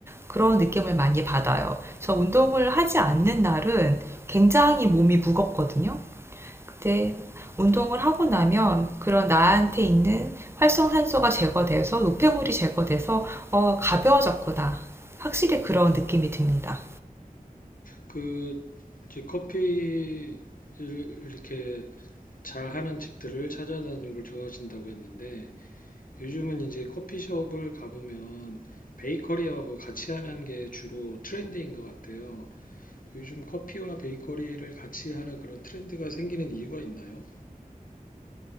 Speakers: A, on the right (about 15°); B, on the left (about 70°).
A: 그런 느낌을 많이 받아요. 저 운동을 하지 않는 날은 굉장히 몸이 무겁거든요. 그때 운동을 하고 나면 그런 나한테 있는 활성산소가 제거돼서 노폐물이 제거돼서 어, 가벼워졌구나. 확실히 그런 느낌이 듭니다.
B: 그 커피를 이렇게 잘 하는 집들을 찾아다니는 걸 좋아하신다고 했는데 요즘은 이제 커피숍을 가보면 베이커리하고 같이 하는 게 주로 트렌드인 것 같아요. 요즘 커피와 베이커리를 같이 하는 그런 트렌드가 생기는 이유가 있나요?